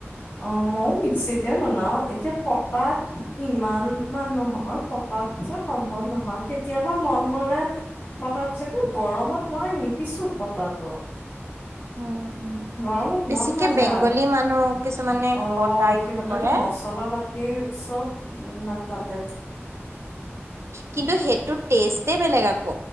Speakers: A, on the left; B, on the right.
A: অ মই মিক্সিতে বনাও এতিয়া পটাত ইমান মানুহৰ। তাত চ সম্ভৱ নহয় কেতিয়াবা মন গলে হতৎ পিছ কিন্তু গৰমত মই নিপিছ। কিছু পতত।
B: উম উম।
A: গৰমত
B: বেছিকে
A: মন নাযায়
B: বেংগলী মানুহ কিছুমানে
A: অ
B: পতা ইউজ
A: সিহঁতেতো
B: কৰে।
A: মচলা পাতি। চব মন যতে।
B: কিন্তু সেইটো টেষ্টেই বেলেগ আকৌ।